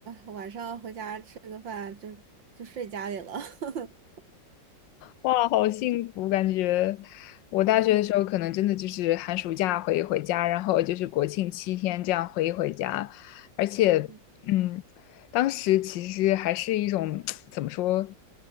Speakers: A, on the right; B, on the left.
A: 晚上回家吃个饭就就睡家里了。<laughs>
B: 哇，好幸福！感觉我大学的时候，可能真的就是寒暑假回一回家，然后就是国庆七天这样回一回家。而且，
A: 嗯
B: 嗯，当时其实还是一种 <tsk> 怎么说，